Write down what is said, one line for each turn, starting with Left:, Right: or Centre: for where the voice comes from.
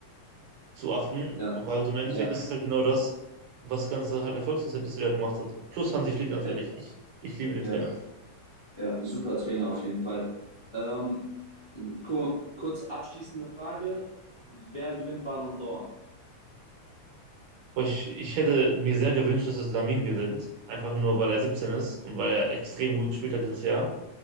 Right: zu achten,
Left: ja,
Right: weil so im Endeffekt
Left: ja,
Right: ist es halt genau das, was das Ganze halt Erfolgsrezept jetzt wieder gemacht hat. Plus Hansi Flick natürlich.
Left: ja,
Right: Ich, ich liebe den
Left: ja,
Right: Trainer.
Left: ja, super Trainer auf jeden Fall. Ähm, ku- kurz abschließende Frage: Wer gewinnt Ballon d'Or?
Right: Aber ich, ich hätte mir sehr gewünscht, dass es Lamin gewinnt, einfach nur weil er 17 ist und weil er extrem gut gespielt hat dieses Jahr.